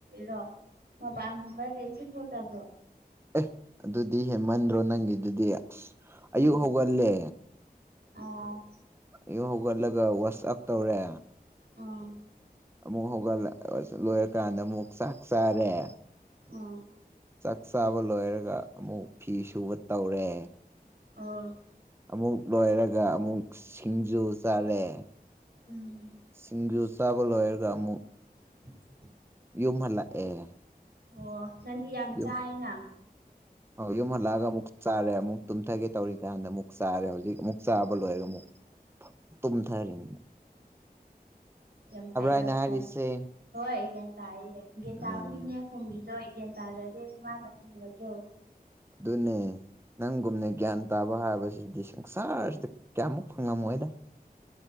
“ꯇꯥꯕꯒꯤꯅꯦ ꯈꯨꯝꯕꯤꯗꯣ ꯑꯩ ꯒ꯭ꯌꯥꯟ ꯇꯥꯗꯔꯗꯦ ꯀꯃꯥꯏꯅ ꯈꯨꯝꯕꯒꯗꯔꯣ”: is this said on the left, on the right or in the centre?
Right